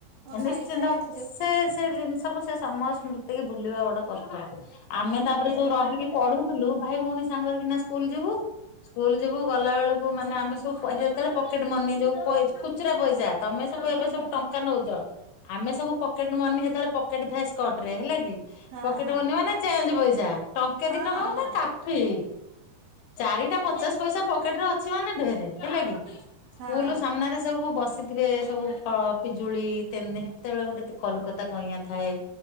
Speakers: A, on the right (about 70°); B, on the left (about 75°).
A: ଓ
B: ତ
A: ଖାଇ
B: ନିଶ୍ଚିନ୍ତ
A: ଖାଇ ହୁଁ
B: ସେ ସେ ଜିନିଷକୁ ସେ ସମ ସ୍ମୃତି କି ଭୁଲିବା ବଡ କଷ୍ଟ। ଆମେ
A: ହଁ
B: ତାପରେ ଯୋଉ ରହିକି ପଢୁଥିଲୁ ଭାଇ ଭଉଣୀ ସାଙ୍ଗ ହେଇକିନା ସ୍କୁଲ ଯିବୁ ସ୍କୁଲ ଯିବୁ ଗଲାବେଳୁକୁ ମାନେ ଆମେ ସବୁ ସେତେବେଳେ ପକେଟ୍ ମନି ଯେଉଁ ଖୁଚୁରା ପଇସା ତମେ ସବୁ
A: ହୁଁ
B: ଏବେ ସବୁ
A: ହୁଁ
B: ଟଙ୍କା ନଉଚ ଆମେ ସବୁ ପ ପକେଟ୍ ମନି ସେତବେଳେ ପକେଟ ଥାଏ ସ୍କଟ ରେ ହେଲା କି?
A: ହଁ
B: ପକେଟ
A: ହଁ।
B: ମନି ମାନେ ଚେଞ୍ଚ ପଇସା ଟଙ୍କେ
A: ହଁ ହଁ ହଁ
B: ଦି ଟଙ୍କା ହ
A: ହଁ
B: ନା କାଫି ଚାରିଟା
A: ହଁ।
B: ପଚାଶ ପଇସା ପ ପକେଟ୍ ରେ ଅଛି ମାନେ ଢେରେ ହେଲା କି ସ୍କୁଲ
A: ହଁ
B: ସାମ୍ନାରେ ସବୁ ବସିକ୍ ସେଥିରେ ସବୁ ଫଳ ପିଜୁଳି ସେତେବେଳେ ଗୋଟେ କଲିକତା କଇଁ ଥାଏ।